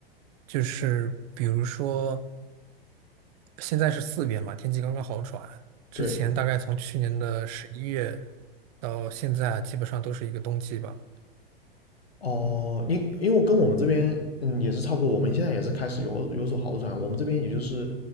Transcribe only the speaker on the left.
对，
哦，因因为我跟我们这边嗯也是差不多，我们现在也是开始有有所好转。我们这边也就是